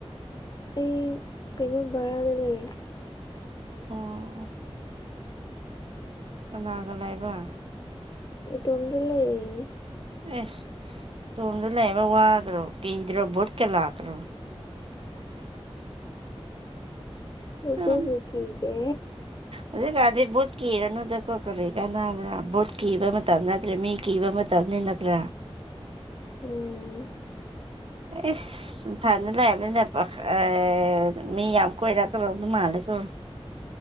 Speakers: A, on the left (about 40°); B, on the right (about 60°).
A: ꯑꯩ ꯀꯩꯅꯣ ꯕꯔꯥꯗ ꯂꯩꯌꯦ
B: ꯑꯣ ꯀꯅꯥꯒ ꯂꯩꯕ
A: ꯏꯇꯣꯝꯗ ꯂꯩꯅꯦ
B: ꯑꯦꯁ ꯇꯣꯝꯗ ꯂꯩꯕ ꯋꯥꯗ꯭ꯔꯣ ꯀꯤꯗ꯭ꯔꯣ ꯚꯨꯠꯀ ꯂꯥꯛꯇ꯭ꯔꯣ
A: ꯔꯕ
B: ꯎꯝ
A: ꯁꯈꯤꯗꯦ
B: ꯍꯧꯖꯤꯛꯀꯥꯟꯗꯤ ꯚꯣꯠ ꯀꯤꯔꯅꯨꯗꯀꯣ ꯀꯔꯤ ꯀꯥꯟꯅꯕ꯭ꯔꯥ ꯕꯣꯠ ꯀꯤꯕ ꯃꯇꯝ ꯅꯠꯇ꯭ꯔꯦ ꯃꯤ ꯀꯤꯕ ꯃꯇꯝ ꯇꯞꯅꯤ ꯅꯠꯇ꯭ꯔꯥ
A: ꯎꯝ꫰꫰
B: ꯏꯁ ꯏꯝꯐꯥꯜꯗ ꯂꯩꯕ ꯑꯦ ꯃꯤ ꯌꯥꯝ ꯀꯣꯏꯔꯀꯔꯣꯗ ꯃꯥꯂꯦꯀꯣ꯫